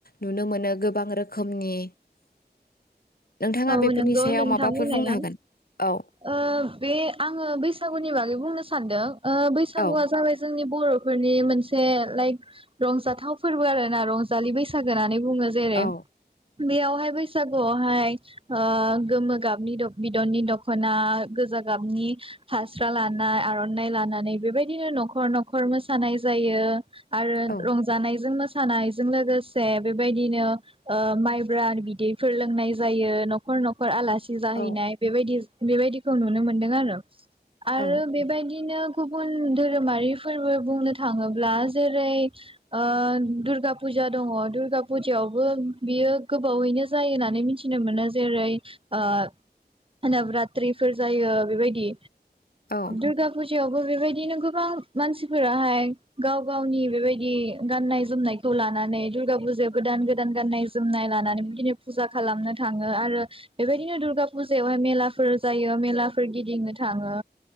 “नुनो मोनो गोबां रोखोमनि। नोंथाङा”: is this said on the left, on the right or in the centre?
Left